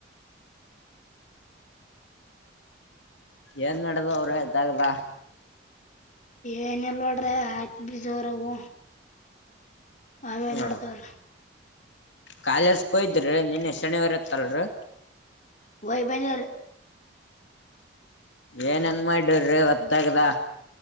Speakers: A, on the left (about 75°); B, on the left (about 40°).
A: ಏನ್ ನಡದವ್ರಿ ದಗದ
B: ಏನಿಲ್ಲ ನೋಡ್ರಿ ಆಯ್ತ ಬೀಜ ಊರವು ಅವೇ
A: ಹ್ಮ್.
B: ನೋಡ್ದವ್ರ
A: ಕಾಲೇಜ್ ಕೋಯ್ದ್ರಿ ನಿನ್ನೆ ಶನಿವಾರ ಇತ್ತಲ್ರರಿ
B: ವಾಯ ಬಂದಿವ್ರಿ
A: ಏನೇನ ಮಾಡವ್ರಿ ಇವತ್ ದಗದ